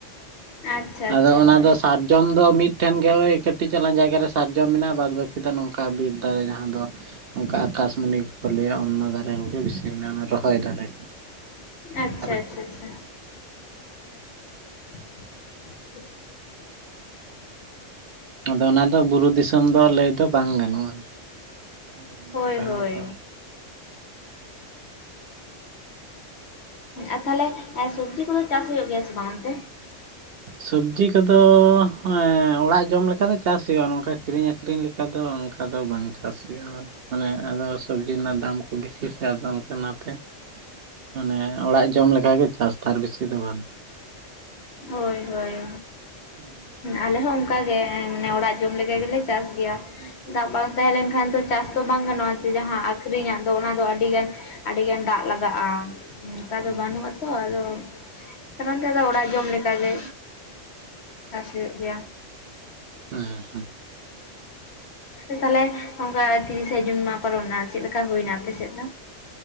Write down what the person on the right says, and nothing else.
ᱟᱫᱚ ᱚᱱᱟ
ᱫᱚ ᱥᱟ ᱡᱚᱢ ᱫᱚ ᱢᱤᱫᱴᱷᱮᱱ ᱜᱮ ᱳᱭ ᱠᱟᱹᱴᱤᱡ ᱪᱟᱞᱟᱝ ᱡᱟᱭᱜᱟᱮ ᱥᱟᱨᱡᱚᱢ ᱢᱮᱱᱟᱜᱼᱟ ᱵᱟᱫᱽ ᱵᱟᱹᱠᱤ ᱫᱚ ᱱᱚᱝᱠᱟ ᱵᱤᱨ ᱫᱟᱨᱮ ᱡᱟᱦᱟᱸ ᱫᱚ ᱚᱱᱠᱟ ᱟᱠᱟᱥᱢᱚᱱᱤ ᱠᱚᱠᱚ ᱞᱟᱹᱭᱟ ᱚᱱᱟ ᱫᱟᱨᱮ ᱠᱚᱜᱮ ᱵᱮᱥᱤ ᱢᱮᱱᱟᱜᱼᱟ ᱨᱚᱦᱚᱭ ᱫᱟᱨᱮ᱾
ᱚᱱᱠᱟ ᱞᱮᱠᱟ
ᱫᱚ
ᱟᱫᱚ ᱚᱱᱟ ᱫᱚ ᱵᱩᱨᱩ ᱫᱤᱥᱚᱢ ᱫᱚ ᱞᱟᱹᱭ ᱫᱚ ᱵᱟᱝ ᱜᱟᱱᱚᱜᱼᱟ <inaudible>
ᱫᱚ
ᱥᱚᱵᱡᱤ ᱠᱚᱫᱚ ᱮᱻ ᱚᱲᱟᱜ ᱡᱚᱢ ᱞᱮᱠᱟ ᱫᱚ ᱪᱟᱥ ᱦᱩᱭᱩᱜᱼᱟ ᱱᱚᱝᱠᱟ ᱠᱤᱨᱤᱧ ᱟᱹᱠᱷᱨᱤᱧ ᱞᱮᱠᱟ ᱫᱚ ᱫᱚ ᱚᱱᱠᱟ ᱫᱚ ᱵᱟᱝ ᱪᱟᱥ ᱦᱩᱭᱩᱜᱼᱟ ᱢᱟᱱᱮ ᱟᱫᱚ ᱥᱚᱵᱽᱡᱤ ᱨᱮᱱᱟᱜ ᱫᱟᱢ ᱠᱚ ᱵᱤᱥᱤ ᱟᱫᱚ ᱚᱱᱠᱟ ᱚᱱᱟᱛᱮ ᱢᱟᱱᱮᱻ ᱚᱲᱟᱜ ᱡᱚᱢ ᱞᱮᱠᱟ ᱜᱮ ᱪᱟᱥ ᱛᱟᱨ ᱵᱮᱥᱤ ᱫᱚ ᱵᱟᱝ
<unintelligible>
ᱦᱮᱸ
ᱦᱮᱸ ᱦᱮᱸ